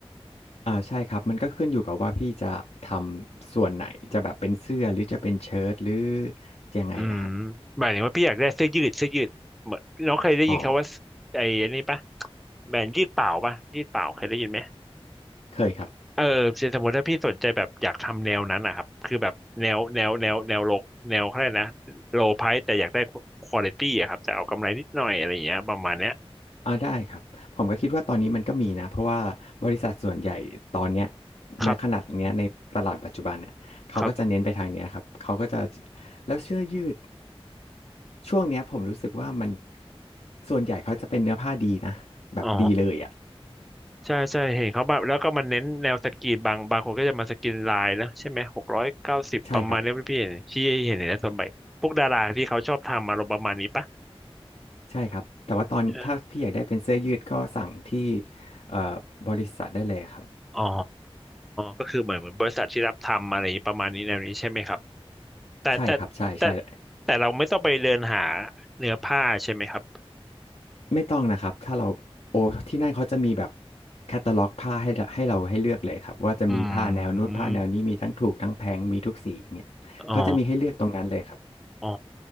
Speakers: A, on the left; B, in the centre.
A: อ่าใช่ครับมันก็ขึ้นอยู่กับว่าพี่จะทำส่วนไหนจะแบบเป็นเสื้อหรือจะเป็นเชิ้ตหรือยังไงอะครับ
B: อืมหมายถึงว่าพี่อยากได้เสื้อยืดเสื้อยืดเหมือนน้องเคยได้ยินคำว่า
A: อ๋อ
B: ไอ้อันนี้ปะแบรนด์ยืดเปล่าปะยืดเปล่าเคยได้ยินไหม
A: เคยครับ
B: เออเช่นสมมติถ้าพี่สนใจแบบอยากทำแนวนั้นนะครับคือแบบแนวแนวแนวแนวโลแนวเขาเรียกนะโลไพรส์แต่อยากได้ควอลิตี้อะครับแต่เอากำไรนิดหน่อยอะไรอย่างเงี้ยประมาณเนี้ย
A: อาได้ครับผมก็คิดว่าตอนนี้มันก็มีนะเพราะว่าบริษัทส่วนใหญ่ตอนเนี้ย
B: ครับ
A: ณขนาดเนี้ยในตลาดปัจจุบันเนี่ยเขาก็จะเน้นไปทางเนี้ยครับเขาก็จะ
B: ครับ
A: แล้วเสื้อยืดช่วงเนี้ยผมรู้สึกว่ามันส่วนใหญ่เขาจะเป็นเนื้อผ้าดีนะแบบดีเลยอะ
B: อ๋อ ใช่ใช่เห็นเขาแบบแล้วก็มันเน้นแนวสกรีนบางบางคนก็จะมาสกรีนลายนะใช่ไหมหกร้อยเก้าสิบประมาณนี้พี่เห็นที่เห็นในส่วนใหญ่พวกดาราที่เขาชอบทำอารมณ์ประมาณนี้ปะ
A: ใช่ครับใช่ครับแต่ว่าตอนถ้าพี่อยากได้เป็นเสื้อยืดก็สั่งที่
B: ใช่
A: เอ่อบริษัทได้เลยครับ
B: อ๋อก็คือเหมือนเหมือนบริษัทที่รับทำอะไรอย่างนี้ประมาณนี้แนวนี้ใช่ไหมครับแต่แต่แต่
A: ใช่ครับใช่ๆ
B: แต่เราไม่ต้องไปเดินหาเนื้อผ้าใช่ไหมครับ
A: ไม่ต้องนะครับถ้าเราโอ้ที่นั่นเขาจะมีแบบแคตตาล็อกผ้าให้เราให้เราให้เลือกเลยครับว่าจะมีผ้าแนวนู้นผ้าแนวนี้มีทั้งถูกทั้งแพงมีทุกสีอย่างเงี้ยเขาจะมีให้เลือกตรงนั้นเลยครับ
B: อืมอ๋ออ๋อ